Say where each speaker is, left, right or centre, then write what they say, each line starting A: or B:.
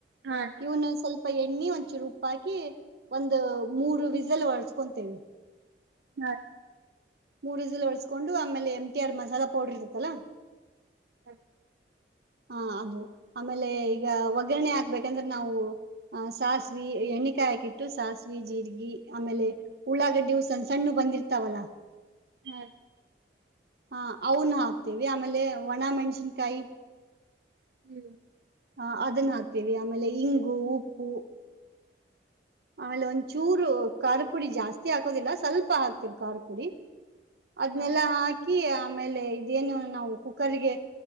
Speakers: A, on the right (about 75°); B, on the right (about 60°).
A: ಹಾ ಆಂಟಿ
B: ಇವನ್ನ ಸ್ವಲ್ಪ ಪ್ಪ ಎಣ್ಣೆ ಒಂದ್ಚೂರುೂಪ ಹಾಕಿ ಒಂದ್ ಮೂರು ವಿಸಲ್ ಒರ್ಸ್ಕೊಂತೇವಿ
A: ಹಾ
B: ಮೂರ್ಜಲು ಒಳ್ಸ್ಕೊಂಡು ಆಮೇಲೆ ಎಂಟಿ ಆರ್ ಮಸಾಲಾ ಪೌಡರ್ ಇರತ್ತಲ್ಲಾ
A: ಹ
B: ಹ ಹ ಅದು ಆಮೇಲೆ ಈಗ ಒಗ್ಗರಣೆ ಹಾಕ್ಬೇಕಂದ್ರೆ ನಾವು ಸಾಸಿವ ಎಣ್ಣ ಕಾಯ ಹಾಕಿಟ್ಟು ಸಾಸಿವವಿ ಜೀರ್ಗಿ ಆಮೇಲೆ ಉಳ್ಳಾಗಡ್ಡಿ ಸಣ್ಣ ಸಣ್ಣು ಬಂದಿರ್ತಾವಲ್ಲಾ
A: ಹಾ
B: ಹಾ ಅವನು ಹಾಕ್ತೇವಿ ಆಮೇಲೆ ಒಣ ಮೆಣಸಿನ್ಕಾಯಿ
A: ಹ್ಮ್
B: ಹ ಅದನ್ನ ಹಾಕ್ತೇವಿ ಆಮೇಲೆ ಇಂಗು ಉಪ್ಪು ಆಮೇಲೆ ಒಂದ್ಚೂರು ಖಾರುಪುಡಿ ಜಾಸ್ತಿ ಹಾಕೋದಿಲ್ಲ ಸ್ವಲ್ಪ ಹಾಕ್ತಿವ ಖಾರುಪುಡಿ ಅದನೆಲ್ಲಾ
A: ಹಾ ಆಂಟಿ
B: ಹಾಕಿ ಆಮೇಲೆ ಇದೇನು ನಾವು ಕುಕ್ಕರ್ಗೆ